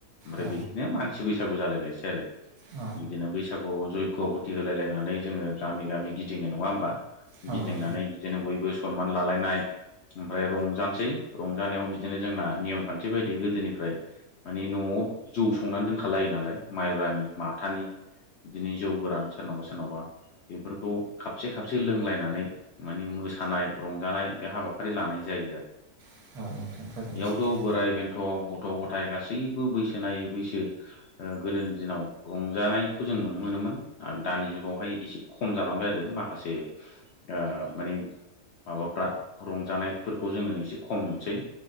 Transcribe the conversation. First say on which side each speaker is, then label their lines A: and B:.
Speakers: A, on the left (about 65°); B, on the right (about 80°).
A: ओमफ्राय
B: औ
A: बिदिनो मानसि बैसागु जालायलायसै आरो
B: औ
A: बिदिनो बैसागुआव जयग' हुथि होलायलायनानै जोङो गामि गामि गिदिङो नङा होमबा
B: नोंथां
A: गिदिंनानै
B: औ औ औ
A: बिदिनो बयबो सनमान लालायनाय ओमफ्राय रंजानोसै रंजानायाव बि बिदिनो जोंना नियम खान्थि बायदियै गोदोनिफ्राय मानि न'आव जौ संनानै दोनखालायो नालाय माइब्रानि माथानि बिदिनो जौ गोरान सोरनावबा सोरनावबा बेफोरखौ खाबसे खाबसे लोंलायनानै माने मोसानाय रंजानाय बे हाबाफारि लानाय जायो आरो
B: औ औ नोंथां थारैनो
A: बेयावथ'
B: सैथो औ नोंथां थारैनो औ नोंथां औ नोंथां औ नोंथां औ नोंथां थारैनो सैथो
A: बोराइ बेन्थ' गथ' गथाय गासैबो बैसो नायै बैसो ओ गोदोनि दिनाव रंजानायखौ जों नुनो मोनोमोन आरो दानि जुगावहाय एसे खम जालांबाय आरो माखासे ओ माने माबाफ्रा रंजानायफोरखौ जोङो एसे खम नुसै